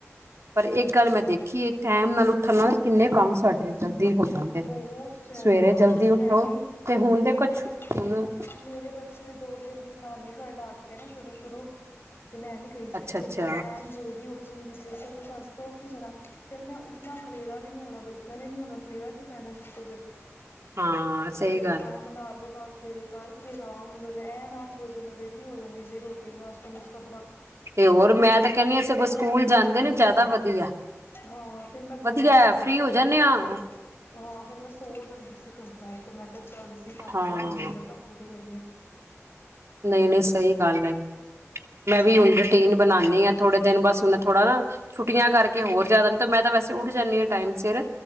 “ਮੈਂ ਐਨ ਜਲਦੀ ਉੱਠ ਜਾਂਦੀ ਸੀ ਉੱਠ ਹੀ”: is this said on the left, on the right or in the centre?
Left